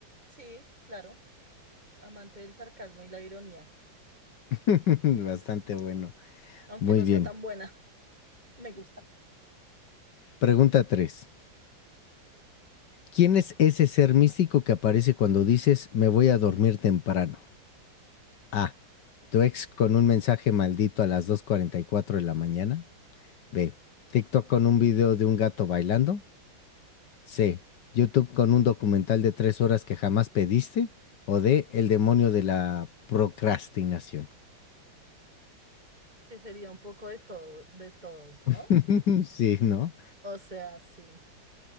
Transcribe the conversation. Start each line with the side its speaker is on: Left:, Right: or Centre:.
Right: Sí, claro, amante del sarcasmo y la ironía,
Left: <laughs> Bastante bueno.
Right: aunque
Left: Muy
Right: no
Left: bien.
Right: sea tan buena, <laughs> me gusta.
Left: Pregunta tres ¿Quién es ese ser místico que aparece cuando dices me voy a dormir temprano? A. Tu ex con un mensaje maldito a las dos cuarenta y cuatro de la mañana. B. TikTok con un video de un gato bailando. C. YouTube con un documental de tres horas que jamás pediste. O D. El demonio de la procrastinación.
Right: que sería un poco de todo, de todos, ¿no?
Left: <laughs> Sí, ¿no?
Right: O sea, sí.